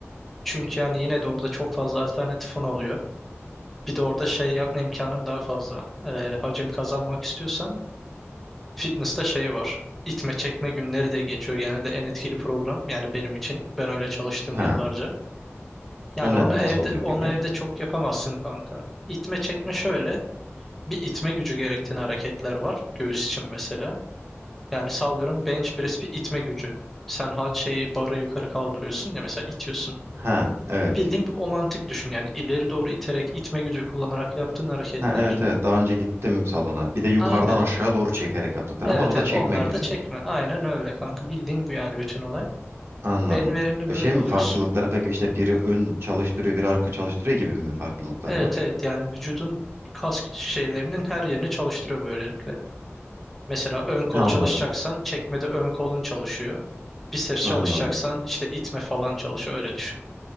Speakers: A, in the centre; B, on the right (about 55°).
A: Çünkü yani yine de orada çok fazla alternatifin oluyor. Bir de orada şey yapma imkanın daha fazla. Ee, hacim kazanmak istiyorsan fitness'ta şey var. İtme çekme günleri de geçiyor genelde en etkili program yani benim için. Ben öyle çalıştım
B: Ha.
A: yıllarca. Yani
B: O ne,
A: onu evde
B: nasıl oluyor
A: onu
B: peki?
A: evde çok yapamazsın kanka. İtme çekme şöyle. bir itme gücü gerektiğini hareketler var göğüs için mesela. Yani sallıyorum bench press bir itme gücü. Sen hal şeyi barı yukarı kaldırıyorsun ya mesela itiyorsun.
B: Ha evet.
A: Bildiğin bir o mantık düşün yani ileri doğru iterek itme gücü kullanarak yaptığın hareketler.
B: Ha evet evet daha önce gittim salona. Bir de yukarıdan
A: Aynen.
B: aşağı doğru çekerek yaptıklarım
A: Evet
B: var. O
A: evet
B: da çekme
A: onlar
B: gücü.
A: da çekme. Aynen öyle kanka bildiğin bu yani bütün olay.
B: Anladım.
A: En verimli
B: E
A: böyle
B: Şey mi
A: alıyorsun.
B: farklılıkları pek işte biri ön çalıştırıyor, biri arka çalıştırıyor gibi mi farklılıkları
A: Evet
B: var?
A: evet yani vücudun kas şeylerinin her yerini çalıştırıyor böylelikle. Mesela ön kol
B: E, Anladım.
A: çalışacaksan çekmede ön kolun çalışıyor. Biceps
B: Anladım.
A: çalışacaksan işte itme falan çalışıyor öyle düşün.